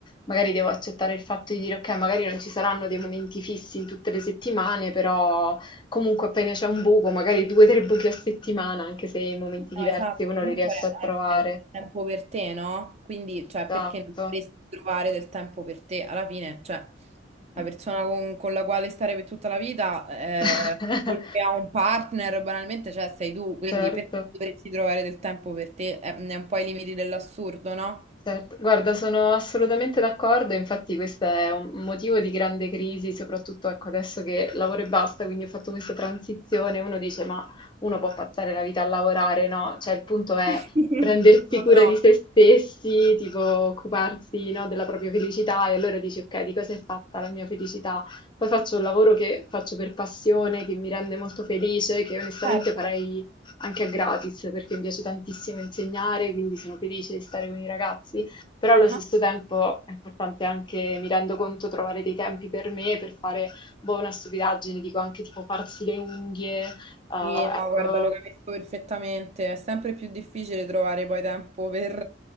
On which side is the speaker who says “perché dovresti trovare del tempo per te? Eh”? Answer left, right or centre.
Right